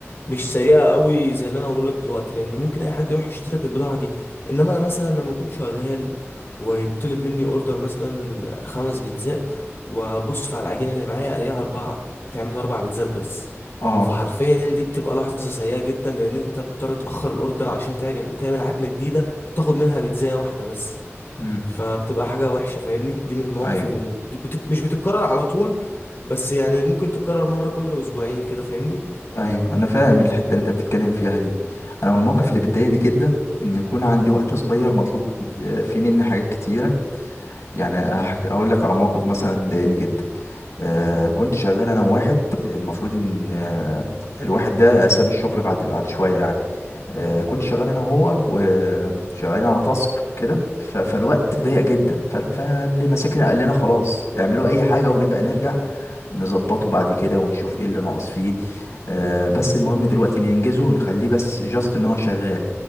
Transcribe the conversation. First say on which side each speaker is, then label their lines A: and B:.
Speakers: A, on the left; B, on the left.
A: مش سيئة قوي زي اللي انا اقوله لك دلوقتي لان ممكن اي حد يروح يشترك البضاعة دي انما انا مثلا لما اكون شغال ويطلب مني اوردر مثلا خمس بيتزات وابص على العجينة اللي معايا الاقيها اربعة تعمل اربع بيتزات بس
B: اه
A: فحرفيا دي بتبقى لحظة سيئة جدا لأن أنت بتضطر تأخر الأوردر عشان تعجن تعمل عجنة جديدة تاخد منها بيتزاية واحدة بس
B: امم
A: فبتبقى حاجة وحشة فاهمني دي من المواقف
B: ايوه
A: اللي بتك... مش بتتكرر على طول بس يعني ممكن تتكرر مرة كل أسبوعين كده فاهمني
B: ايوه انا فاهم الحته اللي انت بتتكلم فيها دي انا من المواقف اللي بتضايقني جدا ان يكون عندي وقت صغير مطلوب فيه مني حاجات كتيره يعني هحك- هقول لك على موقف مثلا ضايقني جدا آه كنت شغال انا وواحد المفروض ان آه الواحد ده ساب الشغل بعد بعد شويه يعني آه، كنت شغال انا وهو وشغالين على تاسك كده ف- فالوقت ضيق جدا ف- فاللي ماسكنا قال لنا خلاص اعملوا اي حاجه ونبقى نرجع نظبطه بعد كده ونشوف ايه اللي ناقص فيه آه، بس المهم دلوقتي ننجزه نخليه بس جاست ان هو شغال